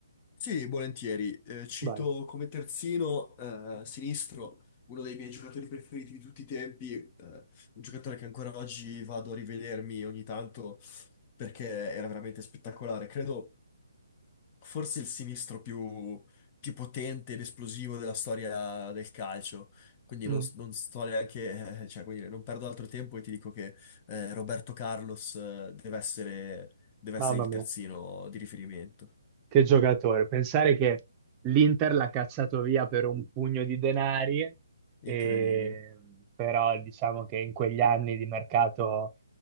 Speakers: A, on the left; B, on the right.
A: Sì, volentieri. Eh, cito
B: Vai.
A: come terzino eh, sinistro uno dei miei giocatori preferiti di tutti i tempi, eh, un giocatore che ancora oggi vado a rivedermi ogni tanto perché era veramente spettacolare. Credo forse il sinistro più, più potente ed esplosivo della storia del calcio. Quindi
B: Mm,
A: non, non sto neanche, eh, cioè, come dire, non perdo altro tempo e ti dico che eh, Roberto Carlos eh, deve essere, deve
B: Mamma
A: essere il
B: mia.
A: terzino di riferimento.
B: Che giocatore, pensare che l'Inter l'ha cacciato via per un pugno di denari, e-
A: Incredibile.
B: però diciamo che in quegli anni di mercato,